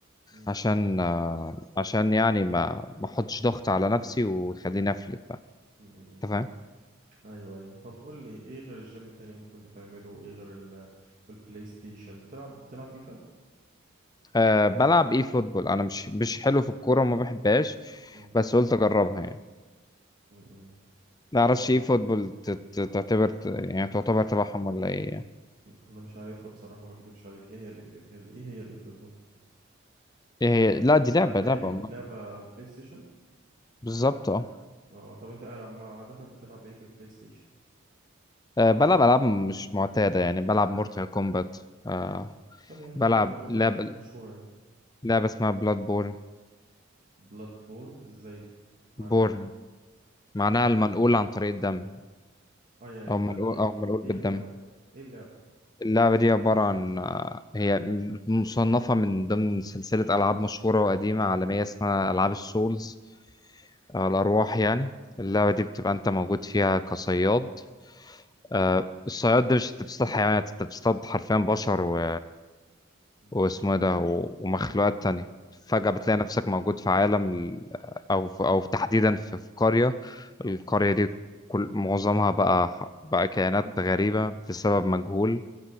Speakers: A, on the right (about 40°); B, on the left (about 20°).
A: مم.
B: عشان آه، عشان يعني ما ما أحطش ضغط على نفسي ويخليني أفلت بقى
A: مم. مم.
B: أنت فاهم؟
A: ايوه ايوه طب قول لي ايه غير الجيم تاني ممكن بتعمله ايه غير ال والبلاي ستيشن بتلعب بتلعب فيفا
B: أه بلعب ايه فوتبول انا مش مش حلو في الكوره وما بحبهاش
A: مم.
B: بس قلت اجربها يعني
A: مم. مم.
B: ما اعرفش
A: طيب
B: ايه فوتبول ت- ت- تعتبر ت- يعني تعتبر تبعهم ولا ايه يعني.
A: مم. انا مش عارفها بصراحة ما اكدبش عليك ايه هي الإف- ال- ايه هي الاي فوتبول
B: ايه هي لا دي لعبه
A: لعبة
B: لعبه
A: يعني
B: والله
A: لعبة على البلاي ستيشن
B: بالظبط اه
A: اه طب انت عم- عادة بتلعب ايه في البلاي ستيشن
B: آه، بلعب العاب مش معتاده يعني بلعب مورتال كومبات أه
A: طب يا عم
B: بلعب
A: مورتال كومبات
B: لعبه
A: دي مشهورة يعني
B: لعبه اسمها بلاد بورن
A: بلاد بون ازاي دي
B: بورن
A: عن ايه
B: معناها المنقول عن طريق الدم
A: اه يعني
B: او
A: لا
B: منقول
A: يعني
B: او منقول
A: ايه
B: بالدم
A: اللعبة ايه اللعبة
B: اللعبة دي عبارة عن آه، هي مصنفة من ضمن سلسلة ألعاب مشهورة وقديمة عالمية اسمها ألعاب السولز آه، الأرواح يعني اللعبة
A: مم.
B: دي بتبقى أنت موجود فيها كصياد آه، الصياد ده مش أنت بتصطاد حيوانات أنت بتصطاد حرفيا بشر و...
A: مم.
B: واسمه إيه ده و... ومخلوقات تانية فجأة
A: مم.
B: بتلاقي نفسك موجود في عالم ال- أو في... أو تحديدا في... في قرية القرية دي كل معظمها بقى بقى كائنات غريبة بسبب مجهول